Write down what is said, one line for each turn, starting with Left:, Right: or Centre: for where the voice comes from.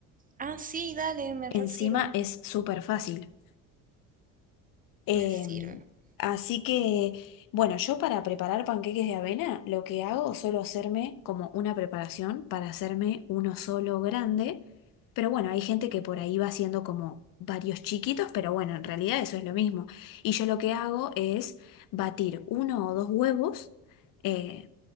Right: Ah, sí, dale, me
Left: Encima
Right: re sirve.
Left: es súper fácil. Em,
Right: Me sirve.
Left: así que, bueno, yo para preparar panqueques de avena, lo que hago, suelo hacerme como una preparación para hacerme uno solo grande. Pero bueno, hay gente que por ahí va haciendo como varios chiquitos, pero bueno, en realidad eso es lo mismo. Y yo lo que hago es batir uno o dos huevos, eh,